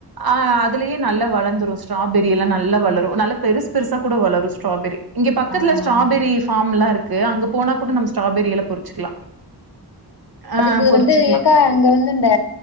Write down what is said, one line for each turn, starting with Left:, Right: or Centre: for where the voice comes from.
Right: அ அதுலயே நல்லா வளந்துரு ஸ்ட்ராபெரி எல்லா நல்லா வளரு நல்லா பெருசு பெருசா கூட வளரு ஸ்ட்ராபெரி இங்க பக்கத்துல
Left: ஆ ஆ
Right: ஸ்ட்ராபெரி ஃபார்ம்ல்லா இருக்கு அங்க போனா கூட நம்ம ஸ்ட்ராபெரியல்லா பொறிச்சுக்கலா ஆ
Left: அதுக்கு
Right: பொறிச்சுக்கலா
Left: வந்து எக்கா அங்க வந்து இந்த